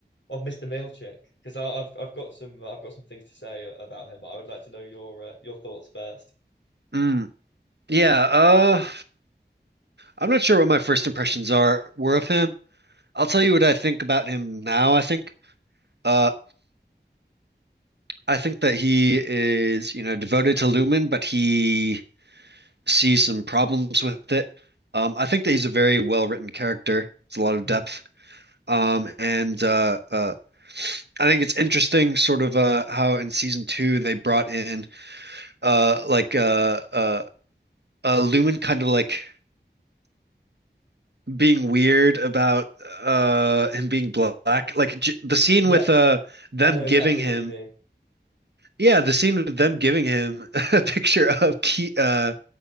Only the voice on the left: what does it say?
of Mr. Milchick because I've I've got some I've got some things to say about him, but I would like to know your uh, your thoughts first.
Hmm.
Yeah,
I know exactly
what you mean.